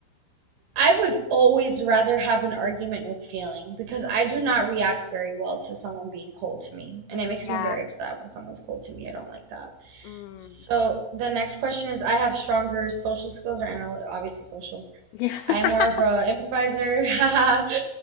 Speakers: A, on the right; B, on the left.
A: I would always rather have an argument with feeling because I do not react very well to someone being cold to me. And
B: Yeah.
A: it makes me very upset when someone's cold to me. I don't like that.
B: Mm.
A: So the next question is I have stronger social skills or analytical, obviously social.
B: <laughs> Yeah. <laughs>
A: I'm more of a improviser. <laughs>